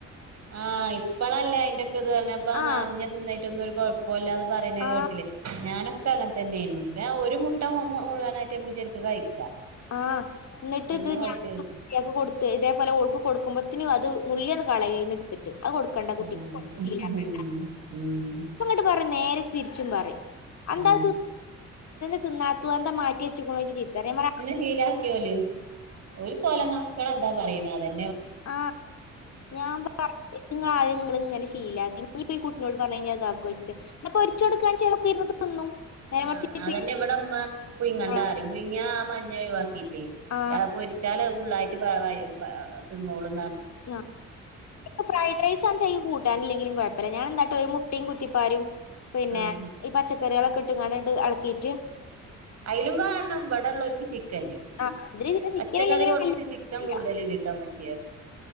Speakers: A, on the right (about 60°); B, on the left (about 60°).
A: ആഹ് ഇപ്പഴല്ലേ അയിന്റെൊക്കെ ഇത് പ്പ
B: ആഹ്
A: മഞ്ഞ തിന്നിട്ടൊന്നും ഒരുഴപ്പ കുഴപ്പമില്ല എന്ന് പറയുന്നത്
B: ആഹ്
A: കേട്ടില്ലേ പറയുന്ന കേട്ടിലോ ഞാനൊക്കെ അങ്ങനെ തന്നൊയിരുനു ഒരു മുട്ട മുഴുവൻായി കുമ്പ <unintelligible> ശരിക്ക് കഴിക്കാം
B: ആഹ എന്നിട്ട്
A: പിന്നെ
B: ഇത്
A: വൈറ്റ്
B: ഞൻിയ
A: കഴിച്ചാ
B: കൊടുത്ത ത് ഇതേപോലെ ഒൾക്ക് കൊടുക്കുമ്പഴത്തിനും അത് നുളളീ കള യുംഅതിന് എടുത്തിട്ട്. അതു കൊടുക്കണ്ട കുട്ടിക്ക്
A: ആ
B: കൊടുത്തു
A: ഉം
B: ശീലമാക്കണ്ട.
A: ഉം
B: ഇപ്പൊ അങ്ങോട്ട് പറ നേരെ തിരിച്ചും പറയും അ എന്താ
A: ആ
B: തിന്നാത്തുന്താ മാറ്റിയ വെ <unintelligible>
A: ഷീല ആക്കി ഒല് അവർക്ക് അവരെ മക്കൾ എന്താ പറയുന്നത് അതേപോലെ
B: ആഹ് <unintelligible> ഞാൻ നിങ്ങള നിങ്ങ ഇങ്ങനെ ശീലാക്കി ഇനിപ്പോ ഈ കുട്ടിനോട് പറ കഴിഞ്ഞാ അതാക്കോ എന്നപ്പൊ പോരിച്ച കൊടു കാച അതൊക്കെ ഇരുന്നു തിന്നും നേരെ
A: ആഹ്
B: മറിച്ച് ഇപ്പൊ
A: അതന്നെ
B: ഈ-
A: ഇവിടെ ഇമ്മ പുഴുങ്ങണ്ടാ
B: ആ
A: എന്ന് പറയും. പുഴുങ്ങിയ ആ മഞ്ഞ ഒഴിവാക്കി.
B: ആ
A: അത് പൊരിച്ചാലും ഫുൾ ആയിട്ട് വ്യാവ് ആയിട്ട് തിന്നോളും
B: ആ ഇപ ഫ്രൈഡ് റൈസ് ആച കൂട്ടാനിലകിലും കുഴപ്പ ഞൻ എന്താട്ട ഒരു മുട്ടും കുത്തിപ്പാരും പിന്നെ
A: ആഹ്
B: ഈ പച്ച കറികളൊക്കെ ഇട്ടുംങ്ങണ്ട് ഇളക്കിട്ട്
A: അയലും കാണണം ഇവിടെ ഉള്ളവർക്ക് ചിക്കന്
B: ആ അതില് പിന്നെ ചിക്കൻ
A: പച്ചക്കറി
B: ഇല്ലെങ്കിലും
A: കുറച്ച്
B: വലിയ കുഴപ്പമില്ല
A: ചിക്കൻ കൊടു <unintelligible> ഇമമചി